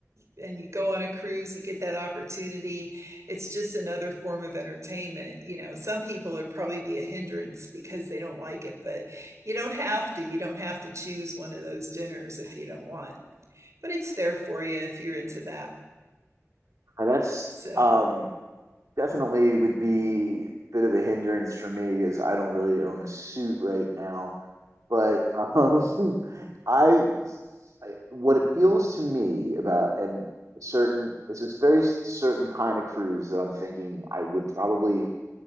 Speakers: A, on the right (about 65°); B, on the right (about 80°).
A: and you go on a cruise, you get that opportunity. It's just another form of entertainment. You know, some people would probably be a hindrance because they don't like it, but you don't have to. You don't have to choose one of those dinners if you don't want, but it's there for you if you're into that.
B: Uh, That's
A: So,
B: um, definitely would be a bit of a hindrance for me, as I don't really own a suit right now. But um, <laughs> I, I what appeals to me about and certain it's this very certain kind of cruise that I'm thinking I would probably